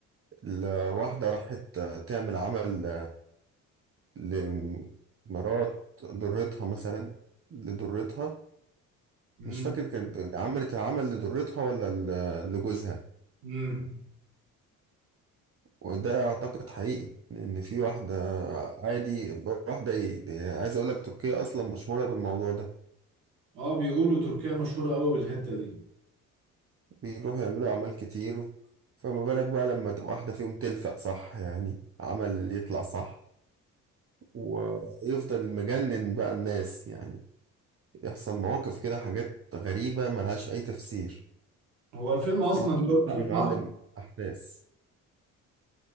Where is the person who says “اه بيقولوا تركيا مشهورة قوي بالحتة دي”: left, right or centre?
Right